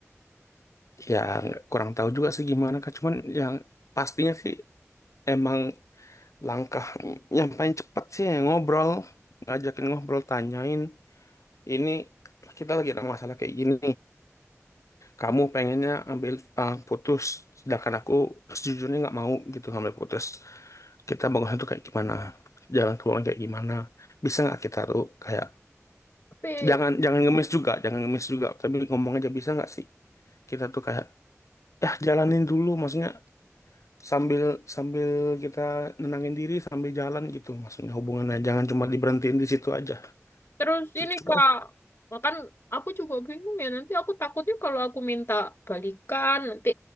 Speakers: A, on the left; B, on the left.
A: ya nggak- kurang tahu juga sih gimana kak cuman yang pastinya sih emang langkah yang paling cepat sih ya ngobrol ngajakin ngobrol tanyain ini kita lagi ada masalah kayak gini kamu pengennya ambil ah, putus sedangkan aku sejujurnya nggak mau gitu ngambil putus kita bangunnya tuh kayak gimana jalan keluarnya kayak gimana bisa nggak kita tuh kayak
B: <laughs> Tapi
A: jangan jangan ngemis juga jangan ngemis juga tapi ngomong aja bisa nggak sih kita tuh kayak ya jalanin dulu maksudnya sambil sambil kita nenangin diri sambil jalan gitu maksudnya hubungannya jangan cuma diberhentiin di situ aja
B: Terus
A: gitu
B: ini
A: coba
B: Kak, kan aku juga bingung ya nanti aku takutnya kalau aku minta balikan nanti